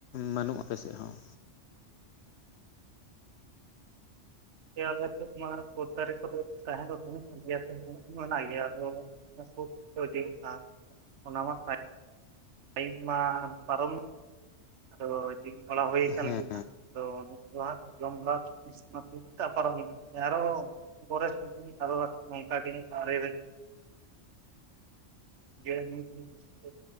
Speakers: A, on the left (about 65°); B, on the right (about 70°).
A: ᱵᱟᱹᱱᱩᱜ ᱟᱯᱮᱥᱮᱫ ᱦᱚᱸ
B: ᱠᱮ ᱟᱞᱮ ᱥᱮᱫ ᱢᱟ ᱠᱩᱫ ᱫᱟᱨᱮ ᱠᱚᱫᱚ ᱛᱟᱦᱮᱸ ᱫᱚ ᱛᱟᱦᱮᱸ ᱜᱮᱭᱟ ᱥᱮ ᱢᱮᱱᱟᱜ ᱢᱮᱱᱟᱜ ᱜᱮᱭᱟ, ᱟᱫᱚ <unintelligible> ᱠᱩᱫ ᱠᱩᱠᱚ ᱤᱫᱤᱭᱮᱫ ᱠᱲᱱ ᱚᱱᱟ ᱢᱟ ᱯᱷᱟᱭ ᱯᱟᱭᱤᱵ ᱢᱟ ᱯᱟᱨᱚᱢ ᱟᱫᱚ <unintelligible> ᱵᱟᱲᱟ ᱦᱩᱭᱩ ᱠᱟᱱ
A: ᱦᱮᱸ
B: ᱜᱤᱭᱟ ᱦᱟᱸᱜ ᱟᱫᱚ <unintelligible> ᱦᱟᱸᱜ ᱡᱚᱢ ᱵᱟᱲᱟ <unintelligible> <unintelligible> ᱱᱚᱝ ᱠᱟ ᱜᱤ <unintelligible> <unintelligible> ᱡᱚᱛᱚ